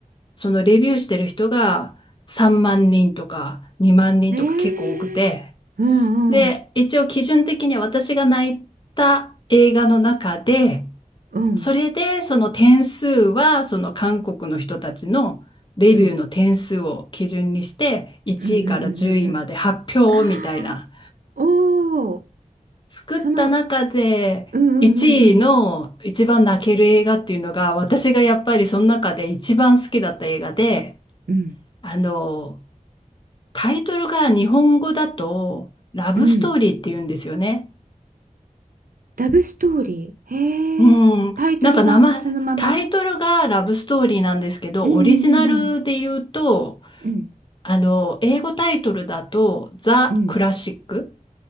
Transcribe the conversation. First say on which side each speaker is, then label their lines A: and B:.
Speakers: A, on the left (about 35°); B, on the right (about 85°).
A: うそのレビューしてる人が3万人とか2万人とか結構多くて、
B: ねえうん、
A: で、
B: うん、
A: 一応基準的に私が泣いた映画の中で、
B: うん、
A: それでその点数はその韓国の人たちのレビューの点数を基準にして、
B: うん、
A: 1位から10位まで発表みたいな。
B: うん、うん、うん、うん、ああ、おお、
A: 作った中で1位の一番泣ける映画っていうのが私がやっぱりその中で一番好きだった映画で
B: その、うん、うん、うん、うん、
A: あのタイトルが日本語だとラブストーリーっていうんですよね。
B: うん、うん、ラブストーリー、へえ、
A: うん、
B: タイトルがそのまま、
A: なんか名前タイトルがラブストーリーなんですけどオリジナルで言うと
B: うん、うん、うん、うん、
A: あの英語タイトルだとザ・
B: うん、うん
A: クラシック